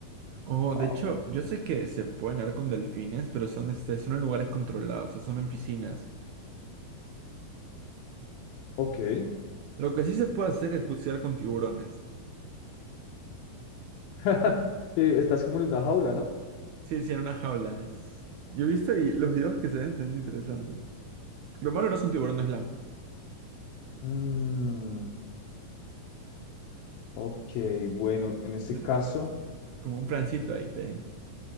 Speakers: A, on the right (about 80°); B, on the left (about 80°).
A: Oh,
B: Wow.
A: de hecho, yo sé que se puede nadar con delfines, pero son, este, son en lugares controlados, o sea, son en piscinas.
B: Ok.
A: Lo que sí se puede hacer es bucear con tiburones.
B: <laughs> Eh, Estás como en una jaula, ¿no?
A: Sí, sí, en una jaula. Es... Yo he visto y los videos que se ven son interesantes. Lo malo no son tiburones blancos,
B: Mm. Ok, bueno, en este
A: pero
B: caso,
A: es como un plancito ahí te...